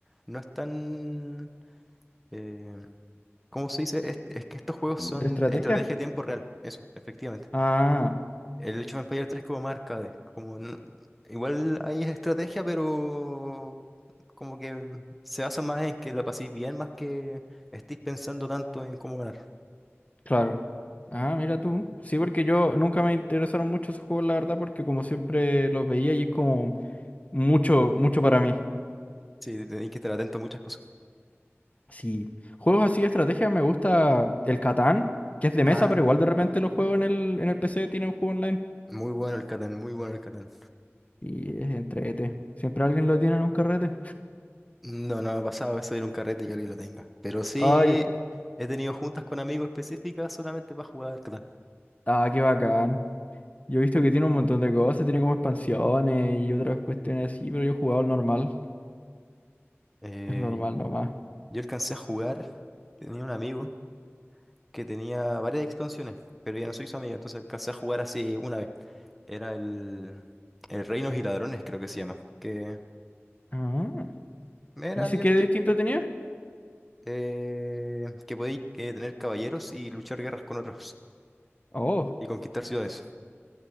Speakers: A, in the centre; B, on the left (about 30°).
A: No es tan... eh, ¿Cómo se dice? Es, es que estos juegos
B: de
A: son
B: estrategia?
A: estrategia a tiempo real, eso, efectivamente.
B: Ah,
A: El Age of Empires 3 como más arcade, como n- igual hay estrategia, pero como que se basa más en que la paséis bien, más que estéis pensando tanto en cómo ganar.
B: claro. Ah, mira tú. Sí, porque yo nunca me interesaron mucho esos juegos, la verdad, porque como siempre los veía y es como mucho, mucho para mí.
A: Sí, tenéis que estar atento a muchas cosas.
B: Sí. Juegos así de estrategia me gusta el Catán, que es de
A: Ah,
B: mesa, pero igual de repente lo juego en el, en el PC, tiene un juego online.
A: muy bueno el Catán, muy bueno el Catán.
B: Y es entrete. Siempre alguien lo tiene en un carrete.
A: No, no me ha pasado eso de ir a un carrete y que alguien lo tenga. Pero sí
B: Ay,
A: he tenido juntas con amigos específicas solamente para jugar Catán.
B: ah, qué bacán. Yo he visto que tiene un montón de cosas, tiene como expansiones y otras cuestiones así, pero yo he jugado el normal.
A: Eh,
B: Es normal nomás.
A: yo alcancé a jugar, tenía un amigo. que tenía varias expansiones, pero ya no soy su amiga, entonces alcancé a jugar así una vez. Era el, el Reinos y Ladrones, creo que se llama, que
B: Ah,
A: me era
B: ¿y ese
A: divertido,
B: qué distinto tenía?
A: eh, que podéis eh, tener caballeros y luchar guerras con otros
B: Oh,
A: y conquistar ciudades.